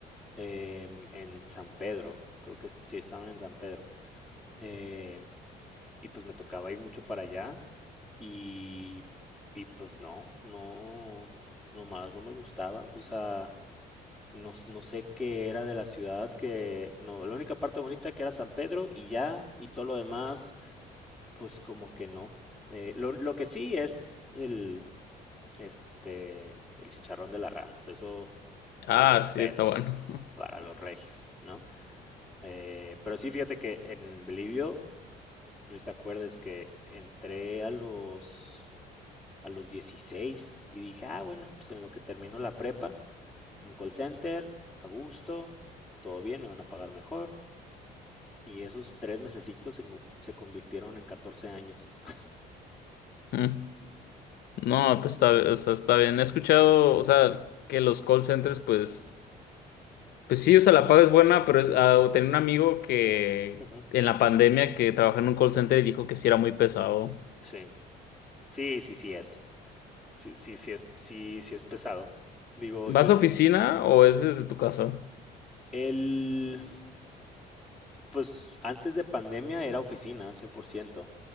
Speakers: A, in the centre; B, on the left.
A: em, en San Pedro, creo que es- sí, estaban en San Pedro. em, y pues me tocaba ir mucho para allá Y, y pues no, no, nomás no me gustaba. O sea, no, s- no sé qué era de la ciudad, que no, la única parte bonita que era San Pedro y ya, y todo lo demás, pues como que no. Eh, lo, lo que sí es el, este, el chicharrón de la Ramos, eso,
B: Ah,
A: mis respetos
B: sí, está bueno. <laughs>
A: para los regios, ¿no? Eh, pero sí, fíjate que en Bolivia no sé si te acuerdas que entré a los, a los 16 y dije, ah, bueno, pues en lo que termino la prepa, un call center, a gusto, todo bien, me van a pagar mejor. Y esos tres mesecitos se, engu- se convirtieron en 14 años. <laughs>
B: Mm. No, pues está, o sea, está bien. He escuchado, o sea, que los call centers, pues Pues sí, o sea, la paga es buena, pero es- ah, tenía un amigo que
A: Ujú,
B: en la pandemia que trabajaba en un call center y dijo que sí era muy pesado.
A: Sí, sí, sí, sí es. Sí, sí, sí es, sí, sí es pesado. Digo,
B: ¿Vas
A: yo, es-
B: a oficina o es desde tu casa?
A: el, pues antes de pandemia era oficina, 100%.